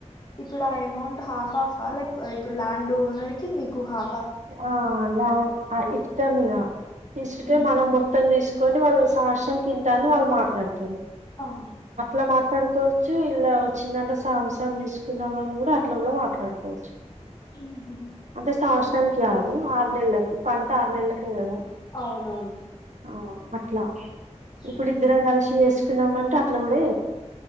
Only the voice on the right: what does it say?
ఆ న ఇష్టంద తీసుకుంటే
మనం మొత్తం తీసుకు కొని వాళ్ళు సంవత్సరం కింతా అని వాళ్లు మాట్డతారు
అట్లా మాట్లాడుకో చ్చ ఇలా వచ్చిందంట సాంసం తీసుకుందాం అని కూడా అట్లా కూడా మాట్లాడుకోవచ్చు
అంటే శస్రం కాదు ఆరు నెలలకి పంట ఆరు నెలలకి కదా
ఆ అట్లా ఇప్పుడు
ఇతర కాసిసు చి ట్లప్పుడే